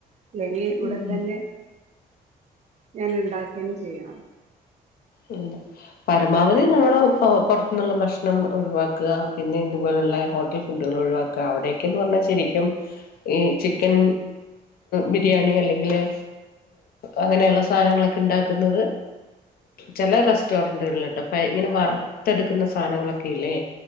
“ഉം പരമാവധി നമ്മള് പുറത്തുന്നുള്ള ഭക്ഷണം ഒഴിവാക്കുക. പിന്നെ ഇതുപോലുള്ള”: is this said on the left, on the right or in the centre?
Left